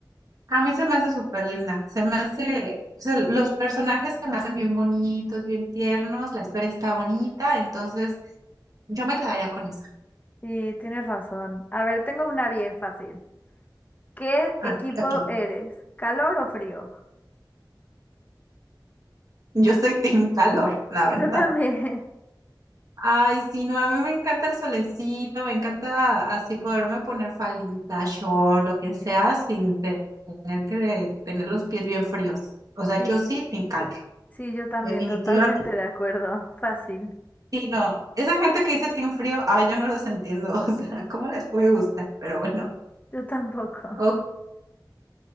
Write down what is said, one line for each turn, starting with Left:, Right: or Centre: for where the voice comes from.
Right: A mí se me hace súper linda. Se me hace, o sea, los personajes se me hacen bien bonitos, bien tiernos. La historia está bonita, entonces yo me quedaría con esa.
Left: Sí, tienes razón. A ver, tengo una bien fácil. ¿Qué
Right: Ah,
Left: equipo
Right: ok.
Left: eres? ¿Calor o frío?
Right: Yo soy Team Calor, la verdad.
Left: Yo también,
Right: Ay, sí, no, a mí me encanta el solecito, me encanta así poderme poner faldita, short, lo que sea, sin te- tener que tener los pies bien fríos. O sea,
Left: <laughs> sí.
Right: yo sí, team calor,
Left: Sí, yo también,
Right: definitivamente.
Left: totalmente de acuerdo. Fácil.
Right: Sí, no, esa gente que dice team frío, ay, yo no los entiendo, <laughs> o sea, ¿cómo les puede gustar? Pero bueno,
Left: Yo tampoco.
Right: ok.
Left: <laughs>